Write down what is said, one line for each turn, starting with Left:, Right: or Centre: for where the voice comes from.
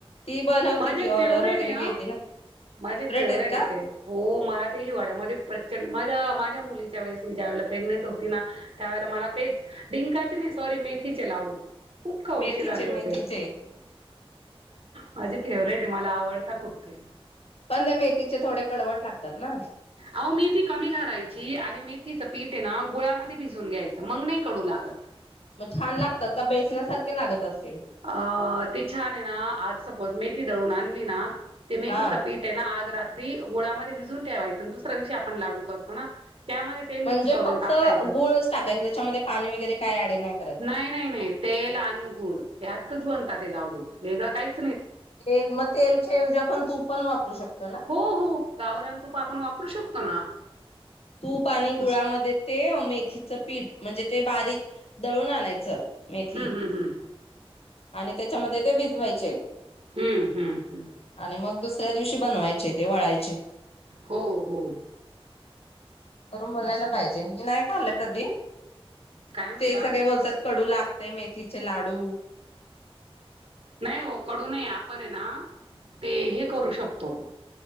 Left: ती बनवती
Right: माझे
Left: ती
Right: फेवरेट
Left: ऑर्डर वगैरे
Right: आहे ह
Left: घेते ना.
Right: माझे फेवरेट
Left: आहेत का?
Right: ते हो मला ते हिवाळ्या मध्ये प्रचंड माझ माझ व प्र हो त्या मला. सॉरी मेथी चलावू. खूप खौशीर
Left: मेथीचे
Right: आले होते.
Left: मेथीचे
Right: माझी फेवरेट आहे मला आवडता खूप ते
Left: पण ते मेथीचे थोडे कडवट लागतात ना.
Right: अहो मेथी कमी घालायची आणि मेथीच पीठे ना गुळामध्ये भिजून घ्यायचं मंगणे कडू लागत.
Left: मग छान लागतात का बेसण्यासारखे लागत अस.
Right: अ ते छान आहे ना आज सपोज मेथी दळून आण. ते ना ते मेथीच
Left: हा
Right: पीठ आहे ना आज रात्री त्रि गोळामध्ये भिजून ठेवायच दुसऱ्या दिवशी आपण लाडू करतो ना त्यामध्ये ते मिक्स
Left: म्हणजे
Right: करून
Left: फक्त
Right: टाकायचं.
Left: गुळच टाकायचे त्याच्यामध्ये पाणी वगैरे काय ॲड नाही? करायचं
Right: नाही, नाही, नाही, तेल आणि गुळ त्यातच बनत. लाडू वेगळं कायच
Left: तेल मग तेलच्याऐवजी आपण तूप पण वापरू शकतो. ना
Right: हो, हो गावरान तूप आपण वापरू शकतो. शकतो ना
Left: तूप आणि गुळामध्ये
Right: असं
Left: ते मेथीचं पीठ म्हणजे ते बारीक दळून आणायचं. मेथी
Right: हुं, हुं, हुं.
Left: आणि तेच्यामध्ये ते भिजवायचे
Right: हं, हं, हं.
Left: आणि मग दुसर दुसऱ्या दिवशी बनवायचे ते वळायचे
Right: हो, हो.
Left: करून बघायला
Right: असं.
Left: पाहिजे की नाही खाल कधी?
Right: काय म्हणता?
Left: ते सगळे बोलतात कडू लाग ते मेथीचे लाडू
Right: नाही हो कडू नाही आपण हेना ते हे करू शकतो